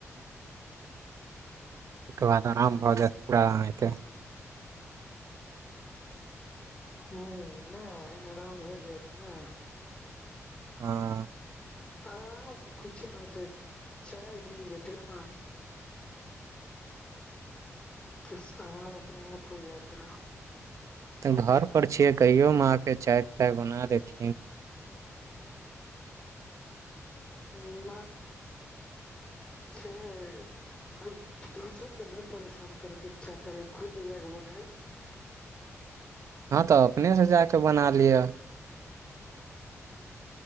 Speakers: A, on the right; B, on the left.
A: तके बाद आराम भऽ जायत पूरा आहाँके
B: हँ नहि आराम हो जायत ने
A: हँ
B: आराम किछ नहि होतै चाय मिल जेतै हऽ तऽ आराम अपने आप हो जात रह
A: तऽ घर पर छियै कहियो माँ कऽ चाय ताय बना देथिन
B: नहि <unintelligible> अब दोसर के नहि परेशान करैके इच्छा करे खुद जायक बनायब
A: हँ तऽ अपने से जााक बना लियअ